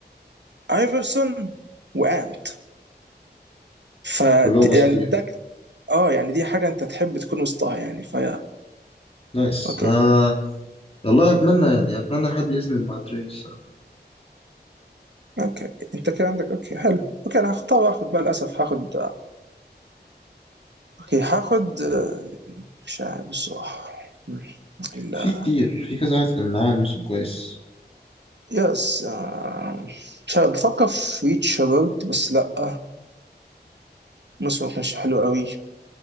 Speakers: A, on the right; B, on the left.
A: ايفرسون وانت ف
B: كلهم اساطير
A: يعني ده ك- اه يعني دي حاجه انت تحب تكون وسطها يعني فيا
B: نايس
A: اوكي
B: آه والله اتمنى يعني اتمنى حد يسند مع تري الصراحه
A: اوكي انت كده عندك اوكي حلو اوكي انا هختار اخد بقى للاسف هاخد اوكي هاخد آه، مش عارف بصراحه مم. لا
B: في كتير في كذا واحد كان معاهم موسم كويس
A: يس آه، مش عارف بفكر في ريتش شباب بس لا موسم ما كانش حلو قوي